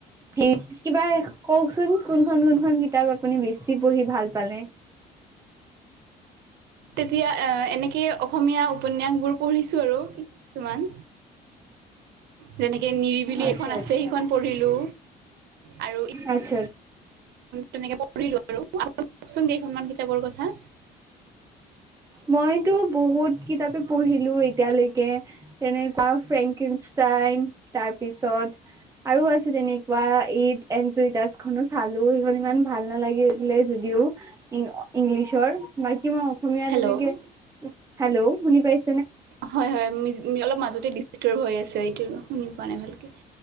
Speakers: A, on the right (about 20°); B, on the right (about 75°).
A: সেই কিবা কওঁকচোন কোনখন কোনখন কিতাপ আপুনি বেছি পঢ়ি ভাল পালে
B: তেতিয়া এনেকে অসমীয়া উপন্যাসবোৰ পঢ়িছো আৰু কিছুমান যেনেকে নিৰিবিলি
A: আচ্ছা
B: এখন আছে
A: আচ্ছা
B: সেইখন পঢ়িলো আৰু
A: আচ
B: তেনেকে পঢ়িলো আৰু আৰু ককচোন কেইখনমান কিতাপৰ কথা
A: মইতো বহুত কিতাপে পঢ়িলো এতিয়ালৈকে তেনেুৱা ফ্ৰেংকষ্টাইন ফেঙ তাৰ পিছত আৰু আছে তেনেকুৱা ঈদ এনজদছ খনো চালো সেইখন ইমান ভাল নালাগিলে যদি। হেল্ল ইংলিছৰ বাকী মই অসমীয়া
B: হেল্ল'
A: তেনেকে হেল্ল' শুনি পাইছ
B: হয় - হয় অলপ মাজতে ডিষ্টৰ হৈ আছে। টোৰ শুনি পোৱা নাই ভালকে।